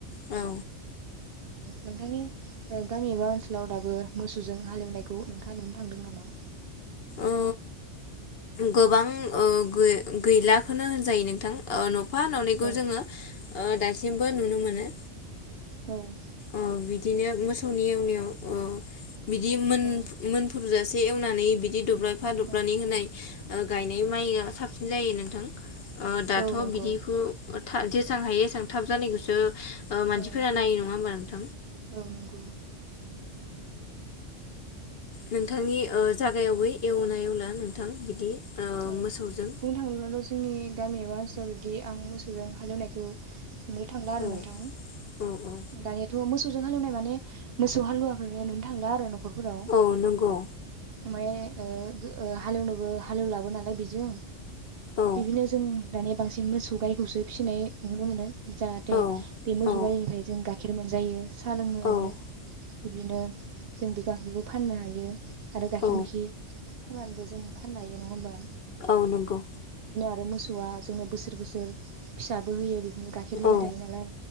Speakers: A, on the left (about 60°); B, on the right (about 60°).
A: औ
B: नोंथांनि गामि एबा ओनसोलाव दाबो मोसौजों हालेवनायखौ नोंथाङा नुनो थांदों नामा?
A: ओ गोबां ओ गै-गैलाखौनो होनजायो नोंथां ओ
B: औ
A: <unintelligible> जोङो ओ दासिमबो नुनो मोनो
B: औ
A: औ बिदिनो मोसौनि एवनायाव औ बिदि मोन-मोनफुरजासे
B: औ
A: एसे एवनानै बिदि दब्लाय हाथफ्लानि
B: औ
A: होनाय गायनाय माइआ साबसिन जायो नोंथां ओ दाथ'
B: औ नंगौ
A: बिदिखौ थ जेसेबां हायो एसबां थाब जानायखौसो मानसिफोरा
B: औ
A: नाय नङा होमब
B: औ नंगौ
A: नोंथांनि ओ जागायावबो एवना एवला नोंथां बिदि ओ
B: औ
A: मोसौजों
B: बुंनो थाङोबाथ' जोंनि गामि एबा ओनसोलाव बिबदि आं मोसौजों हालेवनायखौ नुनो थांला आरो
A: औ
B: नोंथां,
A: औ औ
B: दानियाथ' मो सौजों हालेवनाय माने मोसौ हालुवाखौ नुनो थांला आरो न खरफोराव।
A: औ नंगौ
B: ओबाय ओ ओ हालेवनोबो हालेवलाबो नालाय बेजों
A: औ
B: बिदिनो जोंनि दानिया बांसिन मोसौ गायखौसो फिसिनाय नुनो मोनो। जाहाथे
A: औ
B: बे मोसौ
A: औ
B: गायनिफ्राय जों गाइ खेर मोनजायो। साहा लोंनो
A: औ
B: हायो। बिदिनो जों बे गाइखेरखौ फाननो हायो आरो गाखिर
A: औ
B: मैखि खामनानैबो जों फाननो हायो। नङा होनोबा?
A: औ नंगौ।
B: आरो मोसौवा जोंनो बोसोर बोसोर फिसाबो होयो गाइखेर होबाय
A: औ
B: थायो नालाय